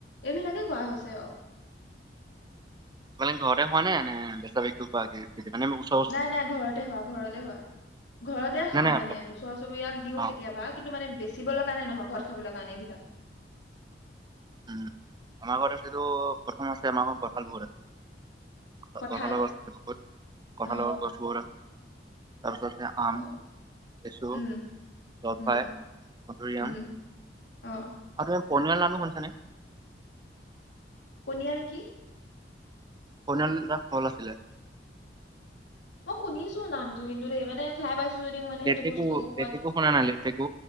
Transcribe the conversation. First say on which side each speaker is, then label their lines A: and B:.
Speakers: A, on the left; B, on the right.
A: এইভিলাকে কৰা হৈছে আৰু।
B: মানে ঘৰতে হোৱানে এনে <unintelligible> সেইকাৰণে মই কৈছোঁ।
A: নাই নাই ঘৰতে হোৱা, ঘৰতে হোৱা ঘৰতে খাওঁ
B: নে নে
A: মানে
B: অকল
A: আমি। ওচৰ চুবুৰীয়াক দিওঁ
B: অ
A: কেতিয়াবা, কিন্তু মানে বেচিবলৈ কাৰণে নহয় ঘৰত খাবলৈ কাৰণে এইবিলাক।
B: উম আমাৰ ঘৰত আছেটো প্ৰথম আছে আমাৰ ঘৰত কঁঠাল বহুত আছে। কঠ
A: কঁঠাল
B: কঁঠালৰ গছ আছে বহুত, কঁঠালৰ
A: অ
B: গছ বহুত আছে তাৰপিছত আ আম,
A: অ
B: লেচু,
A: উম
B: জলফাই,
A: উম
B: মধুৰিআম।
A: উম অ'।
B: আৰু তুমি পনিয়াল নামটো শুনিছানে?
A: পনিয়াল কি?
B: পনিয়াল এটা ফল আছিলে।
A: মই শুনিছো নামটো কিন্তু দেই, মানে খাই পাইছোঁ যদিও মানে
B: লেটেকু
A: সেইটো বস্তুৰ ওপৰত
B: লেটেকু শুনা নাই লেটেকু